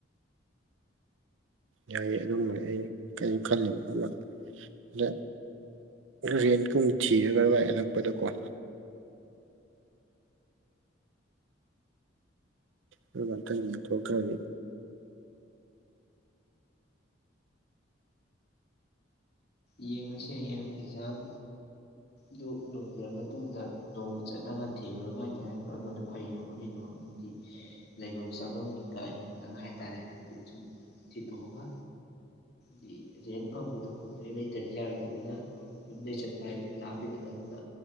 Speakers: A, on the right; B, on the left.
A: ꯌꯥꯏꯌꯦ ꯑꯗꯨꯝꯕ ꯑꯩ ꯀꯩꯝ ꯈꯜꯂꯤꯕ ꯑꯃ ꯅ ꯔꯦꯟꯀꯨꯝ ꯊꯤꯔꯒ ꯕꯥꯏ ꯍꯜꯂꯛꯄꯗꯀꯣ ꯑꯗꯨꯒ ꯉꯥꯛꯇꯪ ꯌꯦꯡꯊꯣꯛꯇ꯭ꯔꯗꯤ꯫
B: ꯌꯦꯡꯉꯁꯦ ꯍꯌꯦꯡ ꯑꯦꯛꯖꯥꯝ ꯗꯨ ꯂꯣꯏꯈ꯭ꯔ ꯃꯇꯨꯡꯗ ꯅꯣꯡꯃ ꯆꯠꯂꯒ ꯊꯤꯔꯨꯔꯒ ꯍꯥꯏꯇꯥꯔꯦ ꯀꯔꯝꯕꯅ ꯐꯩꯅꯣ ꯈꯣꯠꯂꯤꯅꯣ ꯑꯗꯨꯗꯤ ꯂꯩꯐꯝ ꯆꯥꯐꯝꯒꯤꯒ ꯌꯦꯡꯉꯒ ꯍꯥꯏꯇꯥꯔꯦ ꯍꯥꯏꯗꯤ ꯁꯨꯝ ꯊꯤꯗꯣꯛꯑꯒ꯫ ꯗꯤ ꯔꯦꯟ ꯐꯪꯕꯗꯣ ꯔꯦꯟꯠ ꯂꯩ ꯇꯗꯤ ꯌꯥꯔꯣꯏꯗꯝꯅꯤꯅ ꯌꯨꯝꯗꯩ ꯆꯠꯄ ꯍꯥꯏꯗꯨꯗꯤ ꯂꯥꯞꯄꯤꯗꯅ ꯑꯗꯨꯅ